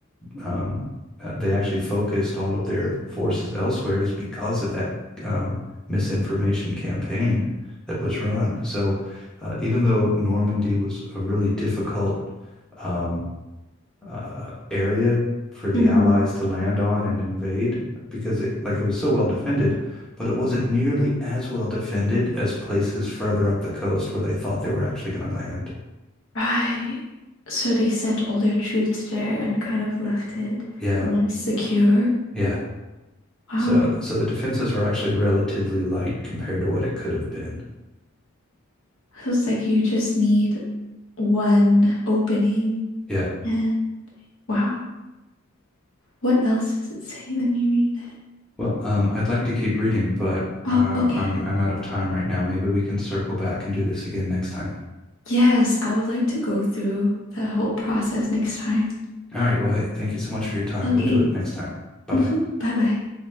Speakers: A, in the centre; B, on the left (about 65°).
A: um, uh, they actually focused all of their forces elsewhere is because of that um, misinformation campaign that was run. So uh, even though Normandy was a really difficult um, uh, area for the
B: hmm
A: Allies to land on and invade because it like it was so well defended, but it wasn't nearly as well defended as places further up the coast where they thought they were actually going to land.
B: Right. So they sent all their troops there and kind of left it
A: Yeah,
B: less secure.
A: yeah.
B: Wow.
A: So so the defenses were actually relatively light compared to what it could have been.
B: So it's like you just need one opening.
A: Yeah.
B: And wow. What else does it say? Let me read it.
A: Well, um, I'd like to keep reading, but
B: Oh,
A: uh,
B: okay.
A: I'm I'm out of time right now. Maybe we can circle back and do this again next time.
B: Yes, I would like to go through the whole process next time.
A: All right. Well, hey, thank you so much for your time.
B: Okay.
A: We'll do it next time.
B: <laughs>
A: Bye
B: hmm
A: bye.
B: Bye bye.